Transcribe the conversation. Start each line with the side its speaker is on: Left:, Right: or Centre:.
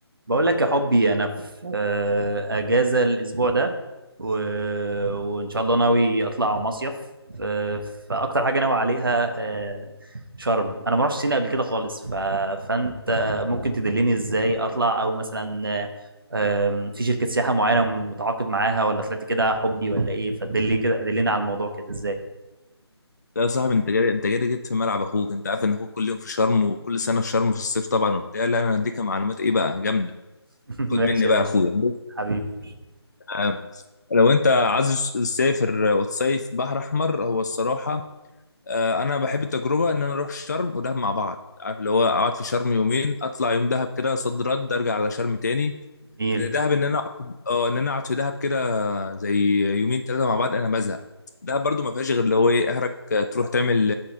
Right: بقول لك يا حبي انا في آه، اجازه الاسبوع ده و... وان شاء الله ناوي اطلع مصيف ف- فاكتر حاجه ناوي عليها آه، شرم انا ما رحتش سينا قبل كده خالص ف... فانت ممكن تدلني ازاي اطلع او مثلا آه، آم، في شركه سياحه معينه متعاقد معاها ولا طلعت كده حبي ولا ايه فدلني كده دلني على الموضوع كده ازاي
Left: لا يا صاحبي انت جاي انت جاي جيت في ملعب اخوك انت عارف ان اخوك كل يوم في شرم وكل سنه في شرم في الصيف طبعا وبتاع لا انا هديك معلومات ايه بقى جامده
Right: <laughs>
Left: خد
Right: ماشي
Left: مني بقى
Right: يا باشا
Left: يا اخويا بص،
Right: حبيبي
Left: آه، لو انت عايز تسافر وتصيف بحر احمر هو الصراحه آه، انا بحب التجربه ان انا اروح شرم ودهب مع بعض عارف اللي هو اقعد في شرم يومين اطلع يوم دهب كده صد رد ارجع على شرم تاني
Right: جميل
Left: لان دهب ان انا اقعد- اه ان انا اقعد في دهب كده زي يومين ثلاثه مع بعض انا بزهق ده برضو ما فيهاش غير اللي هو ايه اخرك تروح تعمل